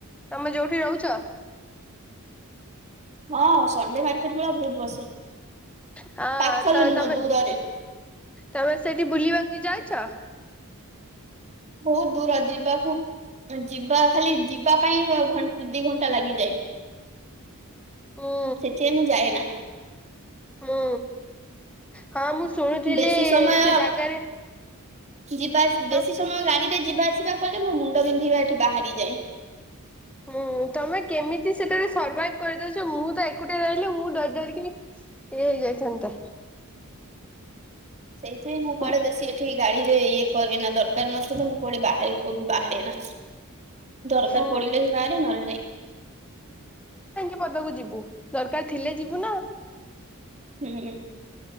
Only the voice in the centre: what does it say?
ତମେ ଯୋଉଠି ରହୁଛ।
ହଁ
ତ
ତମେ
ତମେ ସେଠି ବୁଲିବାକୁ କି ଯାଇଚ?
ହୁଁ
ହୁଁ ହଁ ମୁଁ ଶୁଣୁଥିଲି
ସେ ଜାଗାରେ
ହଁ
ହୁଁ। ତମେ କେମିତି ସେଠାରେ ସର୍ଭାଇଭ କରିଦଉଚ ମୁଁ ତ ଏକୁଟିଆ ରହିଲେ ମୁଁ ଡର୍ ଡରିକି ଇଏ ହେଇ ଯାଇଥାନ୍ତା।
ହୁଁ
ହୁଁ
ମନକୁ ଯିବୁ ଦରକାର ଥିଲେ ଯିବୁ ନା।